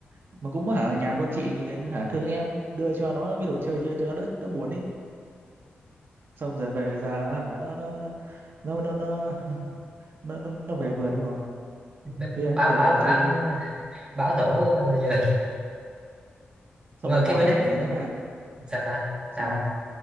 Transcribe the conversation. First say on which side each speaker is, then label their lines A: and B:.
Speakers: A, on the right; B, on the right.
A: mà cũng hả nhà con chị hả thương em đưa cho nó cái đồ chơi cho, cho nó đỡ đỡ buồn ấy xong rồi về già hả nó nó nó nó nó nó <laughs> nó, nó, nó về vườn luôn rồi
B: nó
A: đứa em
B: báo
A: nó về
B: báo
A: vườn
B: báo
A: chơi luôn
B: báo thủ người gia đình
A: xong
B: Ủa mà
A: rồi
B: cái
A: có
B: Phoenix
A: cái cảnh
B: cái-
A: gì nữa là
B: sao ta
A: sao
B: sao
A: không